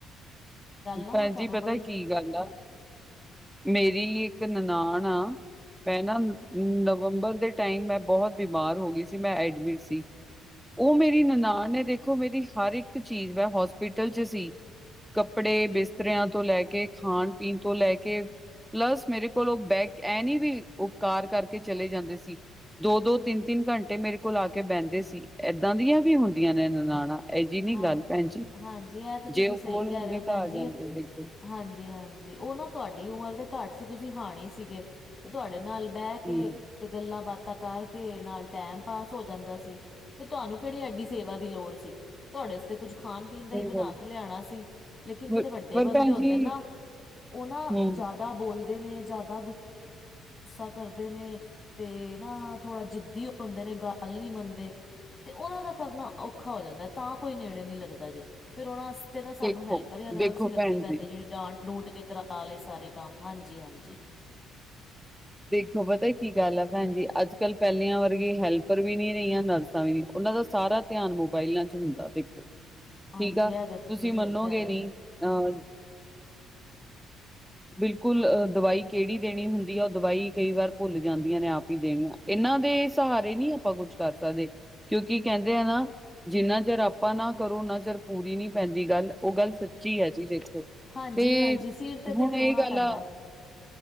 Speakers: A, on the left; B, in the centre.
A: ਨਾ
B: ਭੈਣ
A: ਮੈਂ ਤੁਹਾਨੂੰ
B: ਜੀ ਪਤਾ
A: ਬੜੀ
B: ਕੀ ਗੱਲ ਆ। ਮੇਰੀ ਇੱਕ ਨਨਾਣ ਆ। ਮੈਂ ਨਾ ਨਵੰਬਰ ਦੇ ਟਾਈਮ ਮੈਂ ਬਹੁਤ ਬਿਮਾਰ ਹੋ ਗਈ ਸੀ। ਮੈਂ ਐਡਮਿਟ ਸੀ। ਉਹ ਮੇਰੀ ਨਨਾਨ ਨੇ ਦੇਖੋ। ਮੇਰੀ ਹਰ ਇੱਕ ਚੀਜ਼ ਮੈਂ ਹੋਸਪਿਟਲ 'ਚ ਸੀ। ਕੱਪੜੇ ਬਿਸਤਰਿਆਂ ਤੋਂ ਲੈ ਕੇ, ਖਾਣ ਪੀਣ ਤੋਂ ਲੈ ਕੇ। ਪਲੱਸ ਮੇਰੇ ਕੋਲ ਉਹ ਬੈਗ। ਐ ਨੀ ਵੀ ਉਪਕਾਰ ਕਰਕੇ ਚਲੇ ਜਾਂਦੇ ਸੀ। ਦੋ-ਦੋ ਤਿੰਨ-ਤਿੰਨ ਘੰਟੇ ਮੇਰੇ ਕੋਲ ਆ ਕੇ ਬਹਿੰਦੇ ਸੀ। ਇੱਦਾਂ ਦੀਆਂ ਵੀ ਹੁੰਦੀਆਂ ਨੇ ਨਨਾਣਾਂ। ਇਹ ਨੀ
A: ਹਾਂ
B: ਗੱਲ
A: ਜੀ
B: ਭੈਣ
A: ਹਾਂ ਜੀ ਇਹ ਤੇ ਤੁਸੀਂ
B: ਜੇ ਉਹ
A: ਸਹੀ
B: ਕੋਲ
A: ਕਹਿ
B: ਹੁੰਦੇ
A: ਰਹੇ ਹੋ।
B: ਤਾਂ
A: ਭੈਣ
B: ਆ
A: ਜੀ
B: ਜਾਂਦੇ ਦੇਖੋ
A: ਹਾਂ ਜੀ ਹਾਂ ਜੀ ਉਹ ਨਾ ਤੁਹਾਡੀ ਉਮਰ ਦੇ ਘੱਟ ਸੀ। ਤੁਸੀਂ ਹਾਣੀ ਸੀਗੇ। ਤੇ ਤੁਹਾਡੇ ਨਾਲ ਬਹਿ ਕੇ
B: ਹੂੰ
A: ਤੇ ਗੱਲਾਂ ਬਾਤਾਂ ਕਰਕੇ ਨਾਲ ਟਾਈਮ ਪਾਸ ਹੋ ਜਾਂਦਾ ਸੀ। ਤੇ ਤੁਹਾਨੂੰ ਕਿਹੜੀ ਐਡੀ ਸੇਵਾ ਦੀ ਲੋੜ ਸੀ। ਤੁਹਾਡੇ ਵਾਸਤੇ ਕੁੱਝ ਖਾਣ। ਪੀਣ ਦਾ
B: ਸਹੀ
A: ਹੀ ਬਣਾ
B: ਗੱਲ
A: ਕੇ ਲਿਆਉਣਾ ਸੀ। ਲੇਕਿਨ ਜਿਹੜੇ
B: ਪਰ
A: ਵੱਡੇ
B: ਪਰ
A: ਬੰਦੇ
B: ਭੈਣ
A: ਹੁੰਦੇ
B: ਜੀ
A: ਨਾ, ਉਹ ਨਾ
B: ਹੂੰ
A: ਜ਼ਿਆਦਾ। ਬੋਲਦੇ ਨੇ ਜ਼ਿਆਦਾ ਕੁਝ। ਗੁੱਸਾ ਕਰਦੇ ਨੇ ਤੇ ਨਾ ਥੋੜਾ ਜਿੱਦੀ ਹੁੰਦੇ ਨੇ ਗੱਲ ਨੀ ਮੰਨਦੇ। ਤੇ ਉਹਨਾਂ ਦਾ ਕਰਨਾ ਔਖਾ ਹੋ ਜਾਂਦਾ ਤਾਂ ਕੋਈ ਨੇੜੇ ਨਹੀਂ ਲੱਗਦਾ ਜੇ। ਫੇਰ ਉਹਨਾ ਵਾਸਤੇ ਨਾ ਸਾਨੂੰ
B: ਦੇਖੋ,
A: ਹੈਲਪਰ ਜਾਂ ਨਰਸ
B: ਦੇਖੋ
A: ਹੀ ਰੱਖਣੀ
B: ਭੈਣ
A: ਪੈਂਦੀ
B: ਜੀ
A: ਹੈ। ਜਿਹੜੀ ਡਾਂਟ ਡੂੰਟ ਕੇ ਕਰਾ। ਕਰਾਲੇ ਸਾਰੇ ਕੰਮ ਹਾਂਜੀ ਹਾਂਜੀ।
B: ਦੇਖੋ ਪਤਾ ਕੀ ਗੱਲ ਆ ਭੈਣ ਜੀ ਅੱਜ ਕੱਲ ਪਹਿਲਿਆਂ ਵਰਗੇ ਹੈਲਪਰ ਵੀ ਨੀ ਰਹੀਆਂ ਨਰਸਾਂ ਵੀ ਨਹੀਂ। ਉਹਨਾਂ ਦਾ ਸਾਰਾ ਧਿਆਨ ਮੋਬਾਇਲਾਂ 'ਚ ਹੁੰਦਾ, ਦੇਖੋ। ਠੀਕ
A: ਹਾਂਜੀ
B: ਆ
A: ਇਹ ਤਾਂ
B: ਤੁਸੀਂ
A: ਸਹੀ
B: ਮੰਨੋਗੇ
A: ਕਹਿ ਰਹੇ
B: ਨਹੀਂ। ਅਹ। ਬਿਲਕੁਲ ਅਹ ਦਵਾਈ ਕਿਹੜੀ ਦੇਣੀ ਹੁੰਦੀ ਹੈ। ਉਹ ਦਵਾਈ ਕਈ ਵਾਰ ਭੁੱਲ ਜਾਂਦੀਆਂ ਨੇ ਆਪ ਹੀ ਦੇਣੀਆਂ। ਇਹਨਾਂ ਦੇ ਸਹਾਰੇ ਨੀ ਆਪਾਂ ਕੁਝ ਕਰ ਸਕਦੇ। ਕਿਉਂਕਿ ਕਹਿੰਦੇ ਆ ਨਾ। ਜਿੰਨਾ ਚਿਰ ਆਪਾਂ ਨਾ ਕਰੋ, ਉਨਾ ਚਿਰ ਪੂਰੀ ਨੀ ਪੈਂਦੀ ਗੱਲ। ਉਹ ਗੱਲ ਸੱਚੀ ਹੈ ਜੀ ਦੇਖੋ।
A: ਹੋ ਹਾਂਜੀ
B: ਤੇ
A: ਹਾਂਜੀ ਸੀਟ ਤੇ ਤੇ
B: ਹੁਣ
A: ਖਲੋਣਾ
B: ਇਹ ਗੱਲ
A: ਪੈਂਦਾ
B: ਆ।